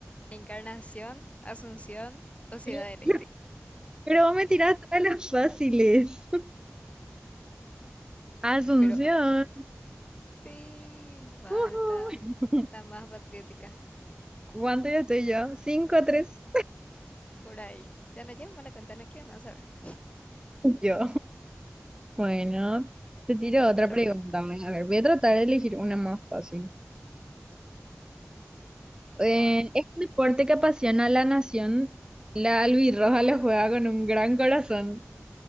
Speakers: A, on the left; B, on the right.
A: Encarnación, Asunción o Ciudad
B: <laughs>
A: del Este.
B: Pero vos me tirás todas las fáciles. <laughs> Asunción.
A: Pero sí, basta.
B: Ujú.
A: Está más patriótica.
B: ¿Cuánto ya estoy yo? Cinco, a tres.
A: Por ahí. Ya no llevo más la cuenta, no quiero más saber.
B: <laughs> Yo. Bueno, te tiro otra
A: Otra
B: pregunta.
A: pregunta,
B: pues. A ver, voy a tratar de elegir una más fácil.
A: por
B: Eh,
A: favor.
B: es un deporte que apasiona a la nación. La albirroja lo juega con un gran corazón.